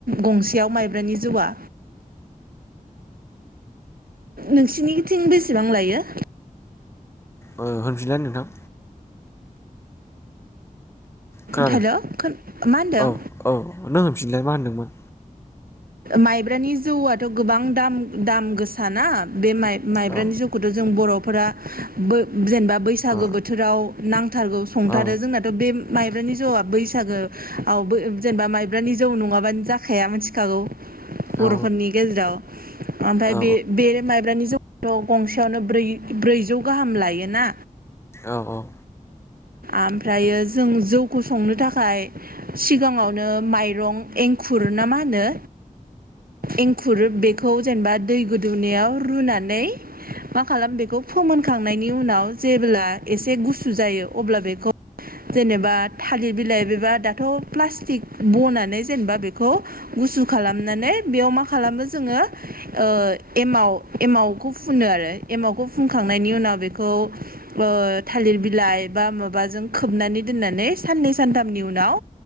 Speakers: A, on the right; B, on the left.
A: गंसेयाव माइब्रानि जौआ? नोंसिनिथिं बेसेबां लायो?
B: ओ होनफिनलाय नोंथां। खोनादो।
A: हेल' मा होनदों
B: औ औ, नों होनफिनलाय मा होनदोंमोन।
A: माइब्रानि जौआथ' गोबां दाम -दाम गोसााना। बे माइ -माइब्रानि
B: औ
A: जौखौथ' जों बर'फोरा <unintelligible> जेनेबा बैसागु
B: औ
A: बोथोराव नांथारगौ, संथारो
B: औ
A: जोंनाथ' बे माइब्रानि जौआ बैसागोआवबो, जेनेबा माइब्रानि जौ नङाबानो जाखाया मिथिखागौ। बर'फोरनि
B: औ
A: गेजेराव ओमफ्राय
B: औ
A: बे- बे माइब्रानि जौखौथ' गंसेयावनो ब्रै- ब्रैजौ गाहाम लायोना।
B: औ औ
A: ओमफ्रायो, जों जौखौ संनो थाखाय सिगाङावनो माइरं एंखुर ना मा होनो? एंखुर बे <unintelligible> जेनेबा दै गोदौनायाव रुनानै मा खालामो बेखौ फोमोन खांनायनि उनाव, जेब्ला एसे गुसु जायो अब्ला बेखौ जेनेबा थालिर बिलाइ बेबा दाथ' प्लास्टिक बनानै जेनेबा बेखौ गुसु खालामनानै बेयाव मा खालामो जोङो। ओ एमाव- एमावखौ फुनो आरो। एमावखौ फुनखांनायनि उनाव बेखौ ओ थालिर बिलाइ बा माबाजों खोबनानै <unintelligible> दोनानै साननै सानथामनि उनाव